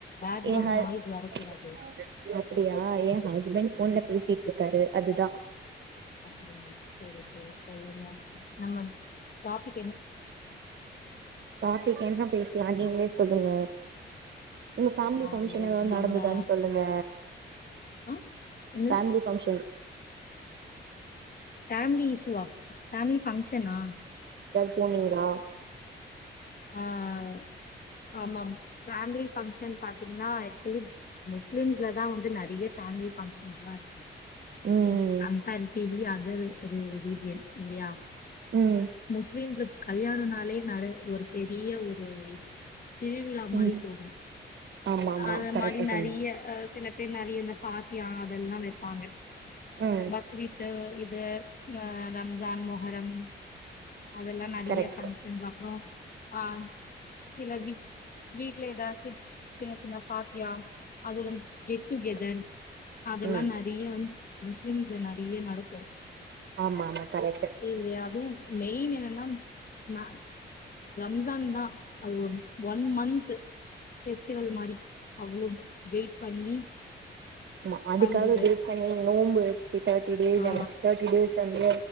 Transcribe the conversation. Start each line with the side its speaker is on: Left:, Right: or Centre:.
Left: பேக்ரவுண்ட்
Right: ஏ ஹஸ்
Left: நாய்ஸ் வரக்கூடாது
Right: ஓ அப்டியா ஏ ஹஸ்பண்ட் ஃபோன்ல
Left: ஆமா
Right: பேசிட்டுறுக் காரு அதுதா
Left: அப்டிங்களா சேரி சேரி சொல்லுங்க நம்ம டாப்பிக்
Right: டாப்பிக் என்ன பேச லானு நீங்களே சொல்லுங்க உங்க ஃபேமிலி
Left: ஆ
Right: ஃபங்க்ஷன்
Left: எஸ்
Right: ஏதாது
Left: நம்ம
Right: நடந்துதான்னு சொல்லுங்க
Left: ஆ என்னது
Right: ஃபேமிலி ஃபங்க்ஷன்
Left: ஃபேமிலி இஸ்யூவா ஃபேமிலி ஃபங்க்ஷன்னா
Right: போனீங்ளா
Left: ஆஹ் ஆஹ் ஆஹ் ஆமா ஃபேமிலி ஃபங்க்ஷன் பாத்தீங்கன்னா ஆக்சுவலி முஸ்லிம்ஸ்லதா வந்து நெறைய ஃபேமிலி ஃபங்க்ஷன்ஸ்லா இருக்கும்
Right: ம்
Left: <unintelligible> வேற ரிலீஜியன் இல்லியா
Right: ம்
Left: முஸ்லிம்ஸ்ல கல்யாணன்னாலே நெறைய ஒரு யே ஒரு திருவிழா மாரி
Right: ம்
Left: போகும்
Right: ஆமா ஆமா
Left: அது
Right: கரெக்டா
Left: மாரி நெறைய
Right: சொன்னீங்க
Left: ஆ சில பேர் நெறைய இந்த ஃபாத்தியா அதெல்லாம் வெப்பாங்க
Right: ம்
Left: பக்ரீத்து இது ஆ ரம் ஜான் மொஹரம் அதெல்லா நெறைய
Right: கரெக்ட்
Left: ஃபங்க்ஷன்ஸ் அப்புறம் ஆ சில வீட் வீட்ல ஏதாச்சு சின்ன சின்ன ஃபாத்தியா அதுல கெட் டூ கெதர் அதெல்லாம்
Right: ம்
Left: நெறைய வந் முஸ்லிம்ஸ்ல என்ன அப்டியே நடக்கும்
Right: ஆமா ஆமா கரெக்ட்
Left: இல்லையா அதுவும் மெயின் என்னென்னா நா ரம்ஜான்தா அது ஒரு ஒன் மந்த்து ஃபெஸ்டிவல் மாரி அவ்ளவு வெயிட் பண்ணி
Right: ஆமா அதுக்காக
Left: பண்றது
Right: வெயிட் பண்ணி நோம்பு வச்சுட் தேர்ட்டி டேஸ்
Left: ஆ
Right: தேர்ட்டி டேஸ் வந்து